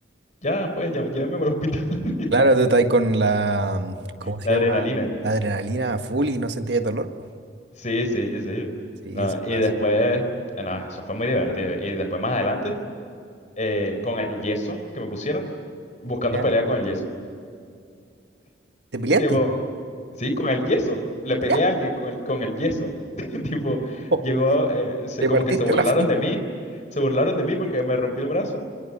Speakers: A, on the left; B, on the right.
A: ya, pues, ya, llévenme para el hospital. <laughs>
B: Claro, tú estás con la, ¿cómo se
A: La adrenalina.
B: llama? La adrenalina a full y no sentías dolor, pues.
A: Sí, sí, sí.
B: Sí,
A: No,
B: eso
A: y
B: pasa.
A: después, eh, no, eso fue muy divertido. Y después más adelante, eh, con el yeso que me pusieron, buscando
B: ¿Ya?
A: pelea con el yeso.
B: ¿Te peleaste?
A: Tipo, sí, con el yeso. Le
B: ¿Ya?
A: pegué a alguien con el, con el yeso. <laughs> Tipo,
B: Oh,
A: llegó, eh, se-
B: le
A: como
B: partiste
A: que se burlaron
B: la frente.
A: de mí. Se burlaron de mí porque me rompí el brazo.